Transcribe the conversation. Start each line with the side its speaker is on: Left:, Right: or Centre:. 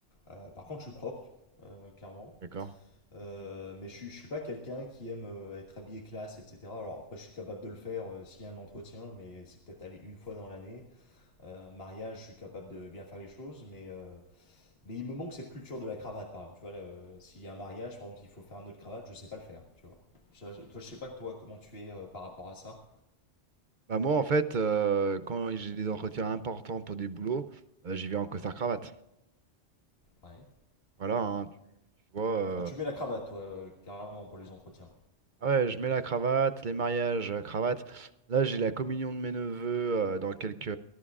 Left: Euh, par contre, je suis propre, euh, clairement.
Right: D'accord.
Left: Euh, mais je, suis- je suis pas quelqu'un qui aime euh, être habillé classe, etc. Alors après, je suis capable de le faire euh, s'il y a un entretien, mais c'est peut-être aller une fois dans l'année. Euh, mariage, je suis capable de bien faire les choses, mais euh, mais il me manque cette culture de la cravate, par exemple. Tu vois, là, euh, s'il y a un mariage, par exemple, s'il faut faire un nœud de cravate, je sais pas le faire, tu vois. Je, je- toi, je sais pas, toi, comment tu es euh, par rapport à ça.
Right: Bah moi, en fait, euh, quand j'ai des entretiens importants pour des boulots, euh, j'y vais en costard-cravate.
Left: Ouais.
Right: Voilà, hein, tu, tu vois. euh,
Left: Ah, tu mets la cravate, toi, euh, carrément, pour les entretiens.
Right: Ah ouais, je mets la cravate, les mariages, euh, cravate. Là, j'ai la communion de mes neveux euh, dans quelques